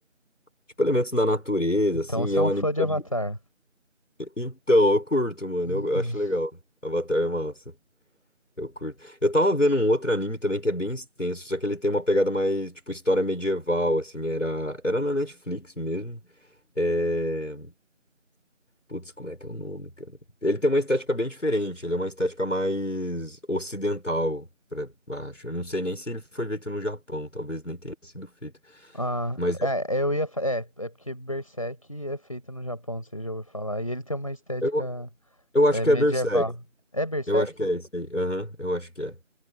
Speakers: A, on the left (about 70°); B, on the left (about 25°).
A: tipo elementos da natureza,
B: Então,
A: assim,
B: você
A: e é
B: é um
A: um anime
B: fã de
A: também.
B: Avatar.
A: Então, eu curto, mano,
B: <laughs>
A: eu, eu acho legal. Avatar é massa, eu curto. Eu tava vendo um outro anime também que é bem extenso, só que ele tem uma pegada mais, tipo, história medieval, assim, era, era na Netflix mesmo. É, Putz, como é que é o nome, cara? Ele tem uma estética bem diferente, ele é uma estética mais ocidental, pra baixo. Eu não sei nem se ele foi feito no Japão, talvez nem tenha sido feito.
B: Ah,
A: Mas é-
B: é, eu ia. fa- É, é porque Berserk é feito no Japão, você já ouviu falar. E ele tem uma estética
A: eu, eu acho
B: é,
A: que
B: medieval.
A: é Berserk.
B: É Berserk?
A: Eu acho que é esse aí. Aham, eu acho que é.